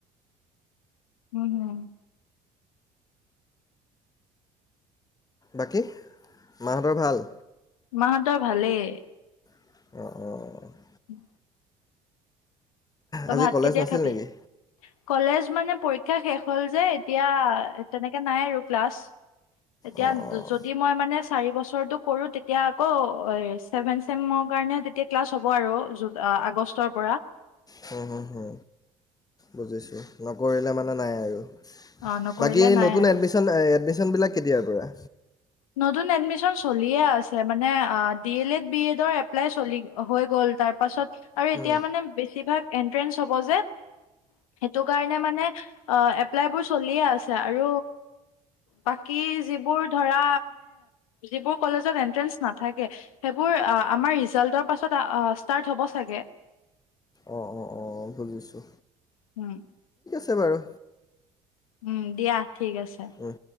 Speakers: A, on the left; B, on the left.
A: হম, হম।
B: বাকী মাহঁতৰ ভাল?
A: মাহঁতৰ ভালেই।
B: অ -অ -অ।
A: উম। ত
B: আজি
A: ভাত
B: কলেজ
A: কেতিয়া
B: নাছিল
A: খাবি?
B: নেকি?
A: কলেজ মানে পৰীক্ষা শেষ হ'ল যে, এতিয়া তেনেকে নাই আৰু ক্লাছ। এতিয়া
B: অঁ অঁ
A: যদি মই মানে চাৰি বছৰটো কৰো তেতিয়া আকৌ চেবেন চেমৰ কাৰনে তেতিয়া ক্লাছ হব আৰু আগষ্টৰ পৰা।
B: হা হা হা বুজিছোঁ। নকৰিলে মানে নাই আৰু,
A: অ' নকৰিলে
B: বাকী
A: নাই
B: নতুন
A: আৰু
B: এডমিচন? এডমিচন বিলাক কেতিয়াৰ পৰা?
A: নতুন এডমিচন চলিয়ে আছে, মানে, ডি এল এড, বি এডৰ এপ্লাই চলি, হৈ গ'ল তাৰ পাছত আৰু
B: হুম
A: এতিয়া মানে বেছিভাগ এ এন্ট্ৰেচ হব যে এইটো কাৰনে মানে এপ্লাইবোৰ চালিয়ে আছে আৰু বাকী যিবোৰ ধৰা যিবোৰ কলেজত এন্টেন্ঞ্চ নাথাকে সেইবোৰ আমাৰ ৰিজাল্টৰ পাছত ষ্টাৰট হ'ব চাগে।
B: অ' অ' অ' বুজিছো।
A: উম।
B: আছে বাৰু।
A: উম দিয়া ঠিক আছে।
B: দে